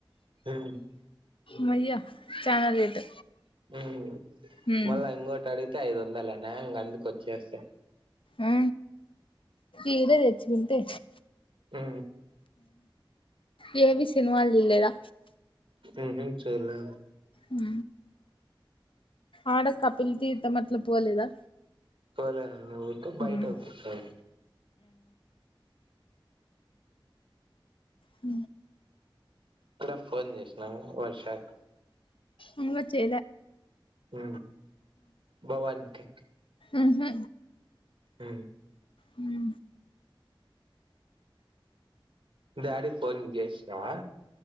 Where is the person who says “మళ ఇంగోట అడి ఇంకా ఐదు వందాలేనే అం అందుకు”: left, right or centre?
Right